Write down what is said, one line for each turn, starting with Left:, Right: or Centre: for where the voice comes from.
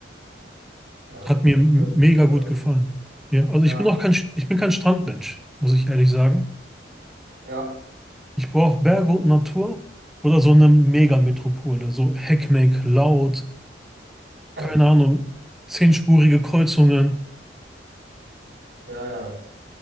Right: ja,
Centre: Hat
Right: das,
Centre: mir
Right: das
Centre: m-
Right: hört sich
Centre: mega
Right: sehr gut
Centre: gut
Right: an.
Centre: gefallen. Ja, also
Right: Ja,
Centre: ich bin auch kein, ich bin kein Strandmensch, muss ich ehrlich sagen.
Right: ja,
Centre: Ich brauche Berge und Natur oder so eine Megametropole, so Heckmeck, laut,
Right: <laughs>
Centre: keine Ahnung, zehnspurige Kreuzungen.
Right: ja, ja.